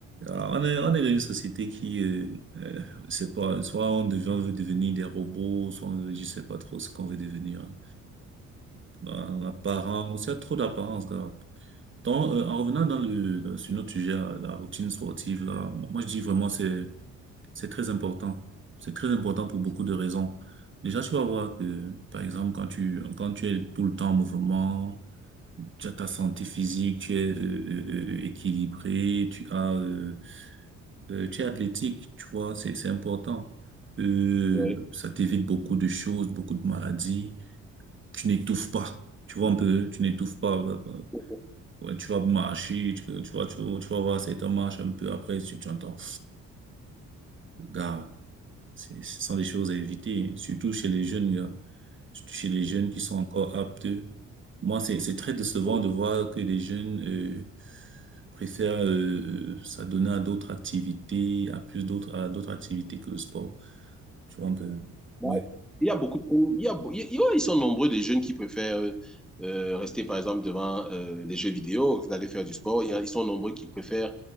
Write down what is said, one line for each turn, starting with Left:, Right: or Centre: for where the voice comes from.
Right: Ah, On est, on est dans une société qui, euh, euh, c'est pas, soit on devient, on veut devenir des robots, soit on- je sais pas trop ce qu'on veut devenir. Dans L'apparence, il y a trop d'apparence là. Donc, euh, en revenant dans le, dans- sur notre sujet, là, la routine sportive là, moi moi, je dis vraiment c'est c'est très important. C'est très important pour beaucoup de raisons. Déjà, tu vas voir que, par exemple, quand tu quand tu es tout le temps en mouvement, tu as ta santé physique, tu es euh, euh, euh, euh, équilibré, tu as euh, euh, tu es athlétique, tu vois, c'est c'est important. Euh,
Centre: Oui.
Right: ça t'évite beaucoup de choses, beaucoup de maladies. Tu n'étouffes pas. Tu vois un peu, tu n'étouffes pas. euh,
Centre: Oui.
Right: Ouais, tu vas marcher, tu, tu vas, tu, vas tu vas voir certains marches un peu après, tu, tu entends. Gars, c'est- ce sont des choses à éviter, surtout chez les jeunes, gars. Surtout chez les jeunes qui sont encore aptes. Moi, c'est, c'est très décevant
Centre: Oui.
Right: de voir que les jeunes euh, préfèrent euh, euh, s'adonner à d'autres activités, à plus d'autres, à d'autres activités que le sport. Tu vois un peu,
Centre: Ouais.
Right: ouais.
Centre: Il y a beaucoup de... il y a, beau- il y a- ouais, ils sont nombreux des jeunes qui préfèrent euh, euh, rester, par exemple, devant euh, les jeux vidéo que d'aller faire du sport. Il y a- ils sont nombreux qui préfèrent